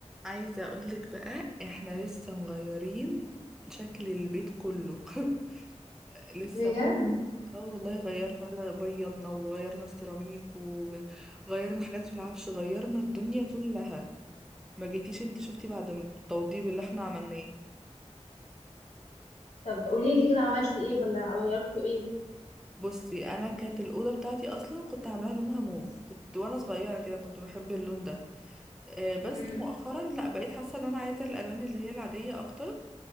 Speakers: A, in the centre; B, on the left.
A: عايزة اقولك بقى احنا لسه مغيرين شكل البيت كله <laughs> لسه
B: بجد
A: اه والله غيرنا على بيضنا وغيرنا السيراميك وغيرنا حاجات في العفش غيرنا الدنيا كلها ما جيتيش انتي شفتي بعد التوضيب اللي احنا عملناه
B: طب قولي لي كده عملتي ايه ولا غيرتوا ايه
A: بصي انا كانت الاوضه بتاعتي اصلا كنت عاملاها لونها موف كنت وانا صغيره كده كنت بحب اللون ده آه، بس
B: مم.
A: مؤخرا لا بقيت حاسه ان انا عايزه الالوان اللي هي العاديه اكتر